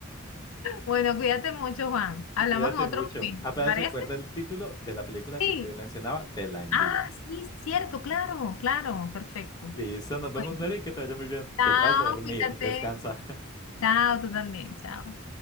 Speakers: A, on the left; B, on the left.
A: Bueno, cuídate mucho, Juan, hablamos
B: Y Cuídate
A: en otro
B: mucho.
A: momento,
B: Apenas
A: ¿te parece?
B: recuerda el título de la película
A: Sí,
B: que te mencionaba, te la envío.
A: ah, sí, cierto, claro, claro, perfecto.
B: Listo, nos vemos,
A: Bueno,
B: Mary, que te vaya muy bien.
A: chao,
B: Que puedas dormir,
A: cuídate,
B: descansa.
A: chao, tú también, chao.